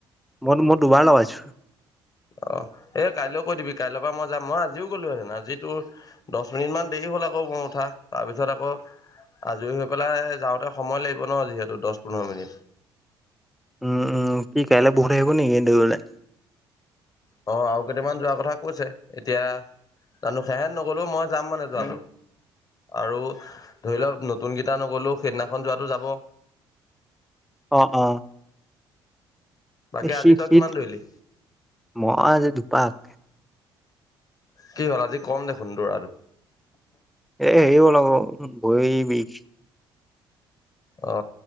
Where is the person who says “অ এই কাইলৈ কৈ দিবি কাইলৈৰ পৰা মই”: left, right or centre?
Left